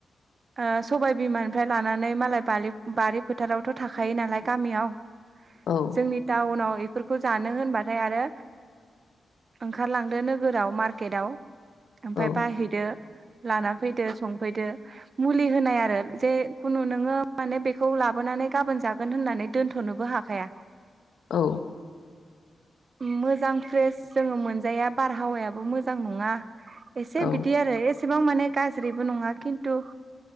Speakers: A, on the right (about 40°); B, on the left (about 85°).
A: ओ सबायबिमानिफ्राय लानानै मालाय बालि बारि फोथारावथ' थाखायो नालाय गामियाव।
B: औ
A: जोंनि टाउनाव बेफोरखौ जानो होनबाथाय आरो ओंखारलांदो नोगोराव मार्केटाव। ओमफ्राय
B: औ
A: बायहैदो। लाना फैदो संफैदो मुलि होनाय आरो जे खुनु नोङो माने बेखौ लाबोनानै गाबोन जागोन होननानै दोन्थ'नोबो हाखाया।
B: औ
A: मोजां फ्रेस जोङो मोनजाया बारहावायाबो मोजां नङा। एसे
B: औ
A: बिदि आरो एसे बां माने गाज्रिबो नङा खिन्थु